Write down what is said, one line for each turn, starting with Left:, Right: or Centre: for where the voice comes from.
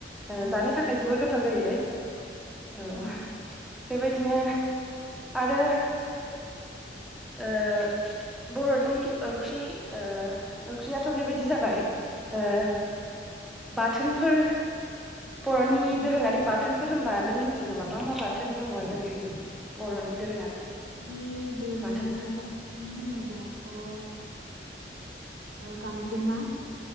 Centre: ओ
Right: औ
Centre: जानो थाखाय जोबोर गोथाव जायो औ।
Right: औ
Centre: बेबायदिनो आरो ओ बर'नि ओंख्रि ओ ओंख्रियाथ' बेबायदि जाबाय ओ बाथोनफोर बर'नि दोरोङारि बाथोनफोर होमबा नों मिथियो नामा मा मा बाथोन दङ जोंनि बर'नो दोरोङारि
Right: नि दोरोङारि
Centre: बाथोन
Right: बा थोन होनोब्लाथ' ओ गांजेमा